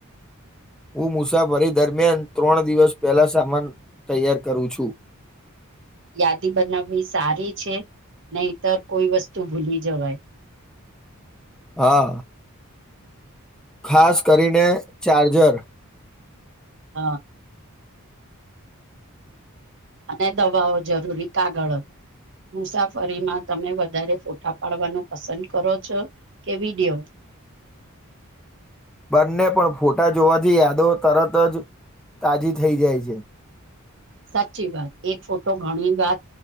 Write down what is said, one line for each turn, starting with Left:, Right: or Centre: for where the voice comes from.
Centre: હું મુસાફરી દરમિયાન ત્રણ દિવસ પહેલા સામાન તૈયાર કરું છું
Right: <inaudible> યાદી બનાવવી સારી છે નહીતર કોઈ વસ્તુ ભૂલી જવાય
Centre: હા ખાસ કરીને ચાર્જર
Right: હા અને દવાઓ જરૂરી કાગળ હતો મુસાફરીમાં તમે વધારે ફોટા પાડવાનું પસંદ કરો છો કેવિડિયો
Centre: બંને પણ ફોટા જોવાથી યાદો તરત જ તાજી થઈ જાય છે
Right: સાચી વાત એક ફોટો ઘણી વાત